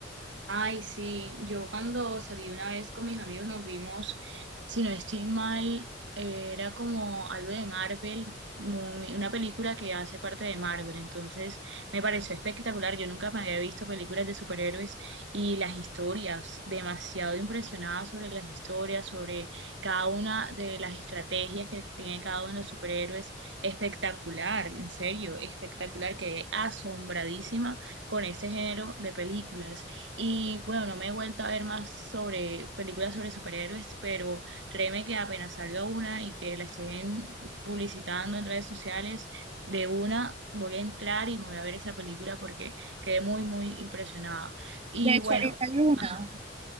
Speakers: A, on the right; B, on the right.
A: Ay, sí, yo cuando salí una vez con mis amigos nos vimos, si no estoy mal, eh, era como algo de Marvel, muy- una película que hace parte de Marvel, entonces me pareció espectacular, yo nunca me había visto películas de superhéroes y las historias, demasiado impresionada sobre las historias, sobre cada una de las estrategias que tiene cada uno de los superhéroes, espectacular, en serio, espectacular, quedé asombradísima con este género de películas. Y bueno, no me he vuelto a ver más sobre películas sobre superhéroes, pero créeme que apenas salga una y que la estén publicitando en redes sociales, de una voy a entrar y me voy a ver esa película porque quedé muy, muy impresionada. Y
B: De hecho,
A: bueno,
B: ahorita hay una,
A: ajá.